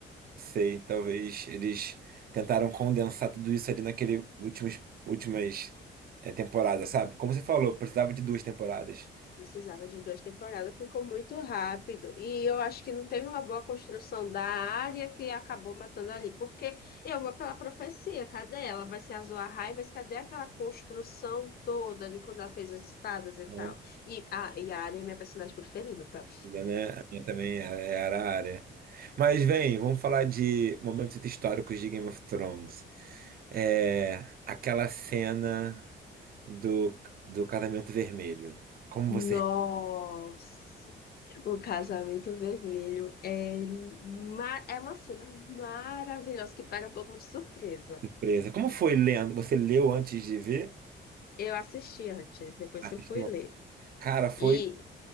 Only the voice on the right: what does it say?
sei, talvez eles tentaram condensar tudo isso ali naquele últimas últimas eh, temporadas, sabe? Como você falou, precisava de duas temporadas.
Não,
Ainda, né? A minha também era era a área. Mas vem, vamos falar de momentos históricos de Game of Thrones. É, aquela cena do, do casamento vermelho. Como
você
Surpresa. Como foi lendo? Você leu antes de ver?
Assistiu?
Cara, foi.